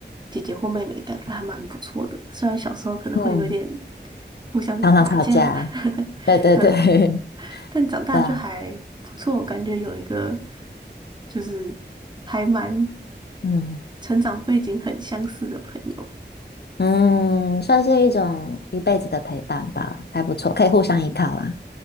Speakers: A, on the right; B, on the left.
A: 姐姐或妹妹，感觉还蛮不错的。虽然小时候可能会有一点
B: 嗯，
A: 互相打架，
B: 常常吵架。
A: <laughs>
B: 对对对，
A: 对啊，
B: <laughs>
A: 但长大就还不错。
B: 对啊，
A: 感觉有一个就是还蛮
B: 嗯
A: 成长背景很相似的朋友。
B: 嗯，算是一种一辈子的陪伴吧，还不错，可以互相依靠啦。